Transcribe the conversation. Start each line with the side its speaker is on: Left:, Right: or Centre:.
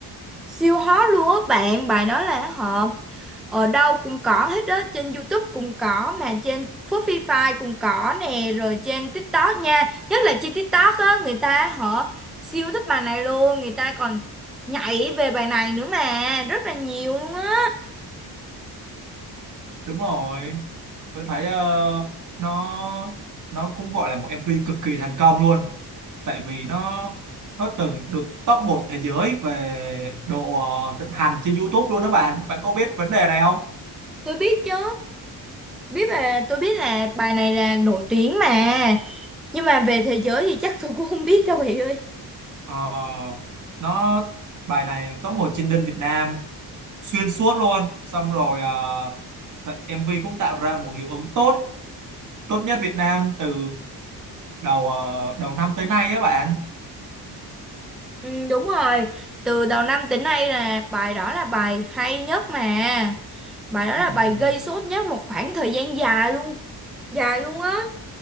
Centre: siêu hot luôn á bạn, bài đó là họ ở đâu cũng có hết đó, trên YouTube cũng có, mà trên Spotify cũng có nè, rồi trên TikTok nha, nhất là trên TikTok á, người ta họ siêu thích bài này luôn, người ta còn nhảy về bài này nữa mà, rất là nhiều luôn á,
Right: Đúng rồi tôi thấy ờ, nó nó cũng gọi là một MV cực kỳ thành công luôn tại vì nó nó từng được top một thế giới về độ ờ, thịnh hành trên YouTube luôn đó bạn bạn có biết vấn đề này không
Centre: tôi biết chứ, biết về, tôi biết là bài này là nổi tiếng mà, nhưng mà về thế giới thì chắc tôi cũng không biết đâu bạn ơi.
Right: Ờ, nó bài này top một trên đơn Việt Nam xuyên suốt luôn xong rồi ờ, MV cũng tạo ra một hiệu ứng tốt tốt nhất Việt Nam từ đầu ờ, đầu năm tới nay á bạn
Centre: Ừ, đúng rồi, từ đầu năm tới nay là bài đó là bài hay nhất mà. Bài đó
Right: Ừm,
Centre: là bài gây sốt nhất một khoảng thời gian dài luôn, dài luôn á.